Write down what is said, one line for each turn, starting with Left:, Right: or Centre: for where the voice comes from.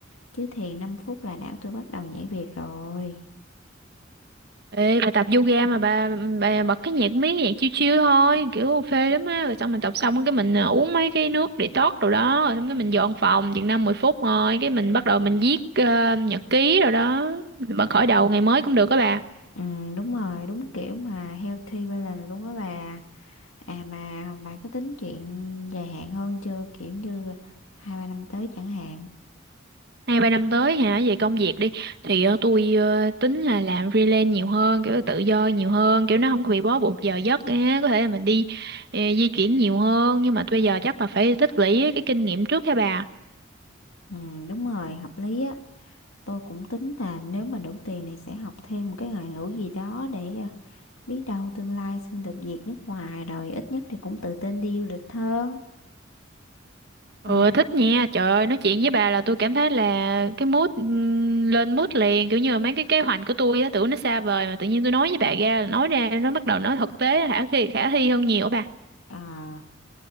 Left: Chứ thiền 5 phút là não tôi bắt đầu nhảy việc rồi.
Right: ê bà tập yoga mà bà bà bật cái nhạc mấy cái nhạc chill chill thôi kiểu phê lắm á rồi xong mình tập xong cái mình à, uống mấy cái nước detox rồi đó rồi xong cái mình dọn phòng chừng năm mười phút rồi cái mình bắt đầu mình viết ờ, nhật ký rồi đó mình bắt khởi đầu ngày mới cũng được các bà
Left: Ừ, đúng rồi, đúng kiểu mà healthy balance luôn á bà. À mà bà có tính chuyện dài hạn hơn chưa? Kiểu như hai ba năm tới chẳng hạn.
Right: Nay ba năm tới hả về công việc đi thì ờ, tôi ờ, tính là làm freelance nhiều hơn kiểu là tự do nhiều hơn kiểu nó không có bị bó buộc giờ giấc á có thể là mình đi ờ, di chuyển nhiều hơn nhưng mà bây giờ chắc là phải tích lũy cái kinh nghiệm trước hả bà
Left: Ừ đúng rồi, hợp lý á. Tôi cũng tính là nếu mà đủ tiền thì sẽ học thêm một cái ngoại ngữ gì đó để à, biết đâu tương lai xin được việc nước ngoài rồi ít nhất thì cũng tự tin đi du lịch hơn. Ờ,
Right: ừ thích nha trời ơi nói chuyện với bà là tôi cảm thấy là cái mood ừm, lên mood liền kiểu như là mấy cái kế hoạch của tôi á tưởng nó xa vời mà tự nhiên tôi nói với bà ra nói ra nó bắt đầu nó thực tế khả thi khả thi hơn nhiều á bà
Left: à,